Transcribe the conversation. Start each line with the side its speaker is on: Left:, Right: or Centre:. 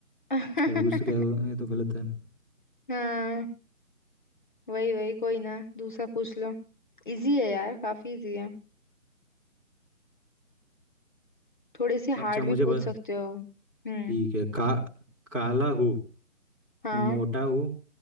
Left: <laughs>
Centre: तरबूज तो क्या हो- ये तो गलत है
Left: हाँ वही वही कोई ना दूसरा पूछ लो इजी है यार काफी इजी है थोड़े से
Centre: अच्छा
Left: हार्ड
Centre: मुझे
Left: भी पूछ
Centre: ब...
Left: सकते हो हम्म
Centre: ठीक है का काला हूँ
Left: हाँ
Centre: मोटा हूँ